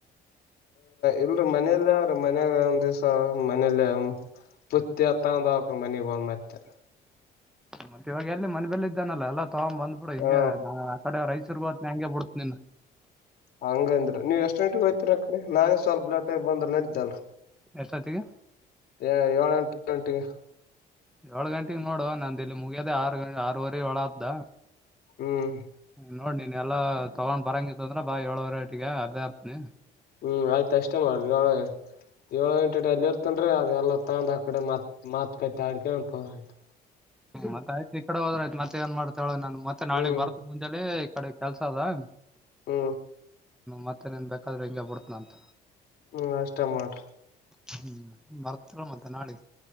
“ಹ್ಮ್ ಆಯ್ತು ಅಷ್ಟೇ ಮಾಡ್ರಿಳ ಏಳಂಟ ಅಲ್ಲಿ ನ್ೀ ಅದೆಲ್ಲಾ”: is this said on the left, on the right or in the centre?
Left